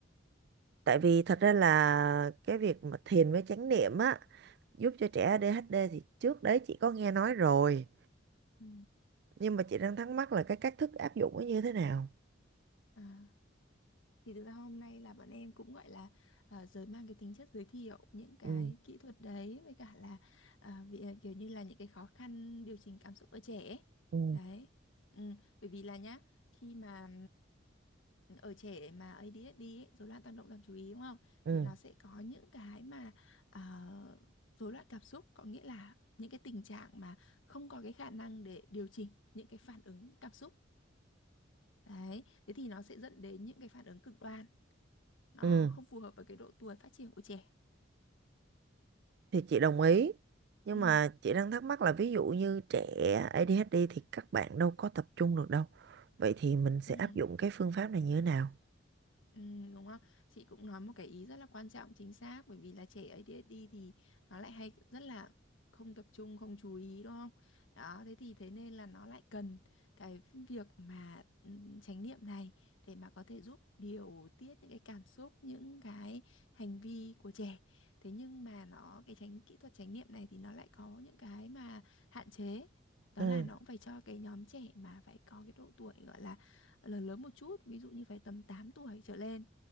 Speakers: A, on the right (about 55°); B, on the left (about 80°).
A: tại vì thật ra là cái việc mà thiền với chánh niệm á, giúp cho trẻ ADHD thì trước đấy chị có nghe nói rồi.
B: Ừ.
A: Nhưng mà chị đang thắc mắc là cái cách thức áp dụng nó như thế nào?
B: À. Thì thực ra hôm nay là bọn em cũng gọi là uh, giới mang cái tính chất giới thiệu những cái
A: Ừ,
B: kỹ thuật đấy với cả là à, vì, ờ, kiểu như là những cái khó khăn điều chỉnh cảm xúc ở trẻ ấy.
A: ừ,
B: Đấy. Ừ, bởi vì là nhá, khi mà ừm, ở trẻ mà ADHD ấy, rối loạn tăng động giảm chú ý đúng không?
A: ừ,
B: Thì nó sẽ có những cái mà ờ, rối loạn cảm xúc có nghĩa là những cái tình trạng mà không có cái khả năng để điều chỉnh những cái phản ứng cảm xúc Đấy, thế thì nó sẽ dẫn đến những cái phản ứng cực đoan, nó
A: ừ.
B: không phù hợp với cái độ tuổi phát triển của trẻ.
A: thì chị đồng ý nhưng
B: Ừ,
A: mà chị đang thắc mắc là ví dụ như trẻ ADHD thì các bạn đâu có tập trung được đâu vậy thì mình sẽ
B: ừ.
A: áp dụng cái phương pháp này như thế nào
B: Ừ, đúng không? Chị cũng nói một cái ý rất là quan trọng chính xác bởi vì là trẻ ADHD thì nó lại hay rất là không tập trung, không chú ý đúng không? Đó, thế thì thế nên là nó lại cần cái việc mà ừm, chánh niệm này để mà có thể giúp điều tiết những cái cảm xúc, những cái hành vi của trẻ. Thế nhưng mà nó cái chánh kỹ thuật chánh niệm này thì nó lại có những cái mà hạn chế. Đó
A: ừ
B: là nó cũng phải cho cái nhóm trẻ mà phải có cái độ tuổi gọi là Ờ, lớn lớn một chút ví dụ như phải tầm 8 tuổi trở lên